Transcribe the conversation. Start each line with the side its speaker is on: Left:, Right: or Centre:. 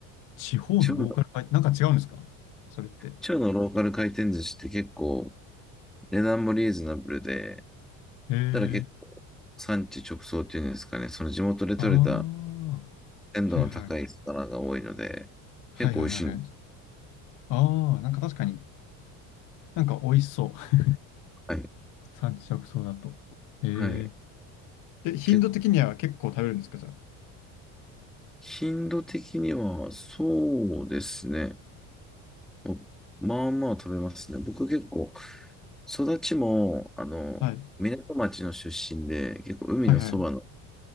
Left: 地方のローカル回転、
Centre: 地方の、
Left: なんか違うんですかそれって。
Centre: 地方のローカル回転寿司って結構値段もリーズナブルで、
Left: へえ。
Centre: ただ結構産地直送っていうんですかね、その地元で採れた
Left: ああ、
Centre: 鮮度の高い魚が多いので、
Left: はいはい。はいはいはいはい。
Centre: 結構美味しいんです。
Left: ああ、なんか確かに、なんか美味しそう。
Centre: はい。
Left: <laughs> 産地直送だと。へえ。
Centre: はい。
Left: え、頻度的には結構食べるんですか、
Centre: 結構、
Left: じゃ
Centre: 頻度的にはそうですね。おまあまあ食べますね。僕結構、育ちも、あの、
Left: あ。はい。
Centre: 港町の出身で、結構海のそばの
Left: はいはい。